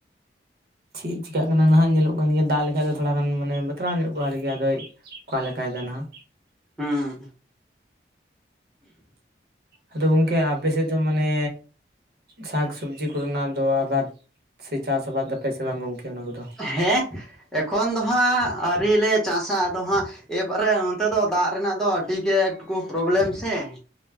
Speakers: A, on the right; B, in the centre.
A: ᱪᱮᱜ ᱪᱮᱠᱟᱹᱜ ᱠᱟᱱᱟ ᱱᱷᱟᱸᱜ ᱧᱮᱞᱚᱜ ᱠᱟᱱ ᱜᱮᱭᱟ, ᱫᱟᱜ ᱞᱮᱠᱷᱟᱡ ᱫᱚ ᱛᱷᱚᱲᱟ ᱜᱟᱱ ᱢᱟᱱᱮ ᱵᱟᱛᱨᱟᱣ ᱧᱚᱜ ᱠᱚᱜᱼᱟ ᱟᱨᱠᱤ ᱟᱫᱚᱭ ᱚᱠᱟ ᱞᱮᱠᱟ ᱭᱮᱫᱟᱭ ᱱᱷᱟᱸᱜ?
B: ᱦᱩᱸ,
A: ᱟᱫᱚ ᱜᱚᱝᱠᱮ ᱟᱯᱮᱥᱮᱫ ᱫᱚ ᱢᱟᱱᱮ ᱥᱟᱠ ᱥᱚᱵᱽᱡᱤ ᱠᱚᱨᱮᱱᱟᱜ ᱫᱚ ᱟᱵᱟᱫ ᱥᱮ ᱪᱟᱥ ᱟᱵᱟᱫᱽ ᱮᱫᱟ ᱯᱮᱥᱮ ᱵᱟᱝ ᱜᱚᱝᱠᱮ ᱚᱱᱟ ᱠᱚᱫᱚ?
B: ᱦᱮᱸ ᱮᱠᱷᱚᱱ ᱫᱚ ᱦᱟᱸᱜ ᱟᱹᱶᱨᱤ ᱞᱮ ᱪᱟᱸᱥᱼᱟ ᱟᱫᱚ ᱦᱟᱸᱜ ᱮ ᱵᱟᱨᱮ ᱱᱚᱛᱮ ᱫᱚ ᱫᱟᱜ ᱨᱮᱱᱟᱜ ᱫᱚ ᱟᱹᱰᱤ ᱜᱮ ᱮᱠ ᱴᱩᱠᱩ ᱯᱨᱚᱵᱽᱞᱮᱢ ᱥᱮ? ᱮᱸᱦ